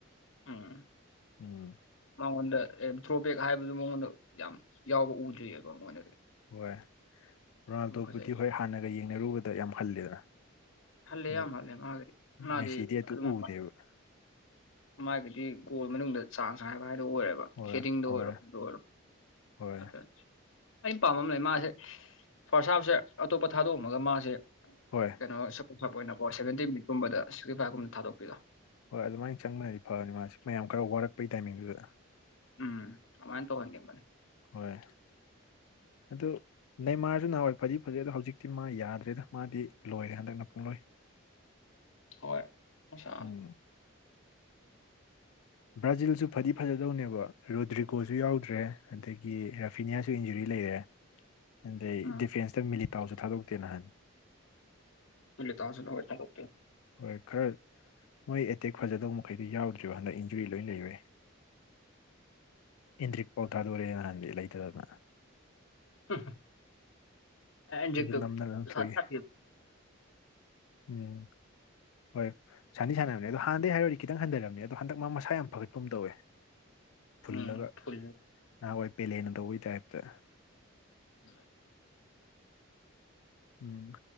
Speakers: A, on the left; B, on the left.
A: ꯎꯝ
B: ꯎꯝ
A: ꯃꯉꯣꯟꯗ ꯗ꯭ꯔꯣꯕꯦꯛ ꯍꯥꯏꯕꯗꯨ ꯃꯉꯣꯟꯗ ꯌꯥꯝ ꯌꯥꯎꯕ ꯎꯗ꯭ꯔꯤꯑꯕ ꯃꯉꯣꯟꯗꯗꯤ
B: ꯍꯣꯏ ꯔꯣꯅꯥꯜꯗꯣꯕꯨꯗꯤ
A: ꯌꯥꯝ ꯐꯖꯩ
B: ꯍꯣꯏ ꯍꯥꯟꯅꯒ ꯌꯦꯡꯅꯔꯨꯕꯗ ꯌꯥꯝ ꯍꯜꯂꯦꯗ
A: ꯍꯜꯂꯦ
B: ꯑ
A: ꯌꯥꯝ ꯍꯜꯂꯦ ꯃꯥꯒꯤꯗꯤ ꯃꯥꯗꯤ
B: ꯃꯦꯁꯤꯗꯤ ꯑꯗꯨ
A: ꯑꯗꯨꯝ
B: ꯎꯗꯦꯕ
A: ꯃꯥꯒꯤꯗꯤ ꯒꯣꯜ ꯃꯅꯨꯡꯗ ꯆꯥꯟꯁ ꯍꯥꯏꯕ ꯍꯥꯏꯗꯣ ꯑꯣꯏꯔꯦꯕ
B: ꯍꯣꯏ
A: ꯍꯦꯗꯤꯡꯗ
B: ꯍꯣꯏ
A: ꯑꯣꯏꯔꯣꯗ ꯑꯣꯏꯔꯣ
B: ꯍꯣꯏ
A: ꯀ ꯑꯩꯅ ꯄꯥꯝꯃꯝ ꯂꯩ ꯃꯥꯁꯦ ꯐꯥꯔꯁ ꯍꯥꯞꯁꯦ ꯑꯇꯣꯞꯄ ꯊꯥꯗꯣꯛꯑꯝꯃꯒ ꯃꯥꯁꯦ
B: ꯍꯣꯏ
A: ꯀꯩꯅꯣ ꯁꯨꯄꯔ ꯁꯞ ꯑꯣꯏꯅꯀꯣ ꯁꯚꯦꯟꯇꯤ ꯃꯤꯅꯤꯠꯀꯨꯝꯕꯗ ꯁꯤꯛꯁꯇꯤ ꯐꯥꯏꯚꯀꯨꯝꯕ ꯊꯥꯗꯣꯛꯄꯤꯔꯣ
B: ꯍꯣꯏ ꯑꯗꯨꯃꯥꯏꯅ ꯆꯪꯕꯅꯗꯤ ꯐꯅꯤ ꯃꯥ ꯃꯌꯥꯝ ꯈꯔ ꯋꯥꯔꯛꯄꯒꯤ ꯇꯥꯏꯃꯤꯡꯗꯨꯗ
A: ꯎꯝ ꯑꯗꯨꯃꯥꯏꯅ ꯇꯧꯍꯟꯅꯤꯡꯕꯅꯦ
B: ꯍꯣꯏ ꯑꯗꯨ ꯅ ꯃꯥꯁꯨ ꯅꯍꯥꯟꯋꯥꯏ ꯐꯗꯤ ꯐꯖꯩ ꯑꯗꯣ ꯍꯧꯖꯤꯛꯇꯤ ꯃꯥ ꯌꯥꯗ꯭ꯔꯦꯗ ꯃꯥꯗꯤ ꯂꯣꯏꯔꯦ ꯍꯟꯗꯛꯅ ꯄꯨꯡꯂꯣꯏ <inaudible>
A: ꯍꯣꯏ ꯃꯁꯥ
B: ꯎꯝ ꯕ꯭ꯔꯥꯖꯤꯜꯁꯨ ꯐꯗꯤ ꯐꯖꯗꯧꯅꯦꯕ ꯔꯣꯗ꯭ꯔꯤꯒꯣꯁꯨ ꯌꯥꯎꯗ꯭ꯔꯦ ꯑꯗꯒꯤ ꯔꯥꯐꯤꯅꯤꯌꯥꯁꯨ ꯏꯟꯖꯨꯔꯤ ꯂꯩꯔꯦ ꯑꯗꯩ
A: ꯎꯝ
B: ꯗꯤꯐꯦꯟꯁꯇ ꯃꯤꯂꯤꯇꯥꯎꯁꯨ ꯊꯥꯗꯣꯛꯇꯦ ꯅꯍꯟ
A: ꯇꯦ
B: ꯍꯣꯏ ꯈꯔ ꯃꯣꯏ ꯑꯦꯇꯦꯛ ꯐꯖꯗꯧꯕ ꯃꯈꯩꯗꯤ ꯌꯥꯎꯗ꯭ꯔꯤꯕ ꯍꯟꯗꯛ ꯏꯟꯖꯨꯔꯤ ꯂꯣꯏ ꯂꯩꯔꯦ ꯏꯟꯗ꯭ꯔꯤꯛ ꯄꯥꯎ ꯊꯥꯗꯣꯔꯦ ꯅꯍꯥꯟꯗꯤ ꯂꯩꯇꯗꯅ
A: ꯍ ꯑꯦꯛꯇ
B: ꯑꯗꯨ ꯅꯝꯗꯅ ꯂꯪꯊꯣꯛꯏ
A: ꯁꯥ ꯁꯥ
B: ꯎꯝ ꯍꯣꯏ ꯁꯥꯟꯅ ꯁꯥꯟꯅꯕꯅꯤ ꯑꯗꯣ ꯍꯥꯟꯅꯩ ꯍꯥꯏꯔꯨꯔꯗꯤ ꯈꯤꯇ ꯍꯟꯊꯔꯔꯕꯅꯤ ꯑꯗꯣ ꯍꯟꯗꯛ ꯃꯥ ꯃꯁꯥ ꯌꯥꯝ ꯐꯒꯠꯄꯨꯝ ꯇꯧꯋꯦ ꯐꯨꯜꯂꯒ
A: ꯎꯝ ꯐꯨꯜ
B: ꯅꯍꯥꯟꯋꯥꯏ ꯄꯦꯂꯦꯅ ꯇꯧꯕꯒꯤ ꯇꯥꯏꯞꯇ
A: ꯎꯝ
B: ꯎꯝ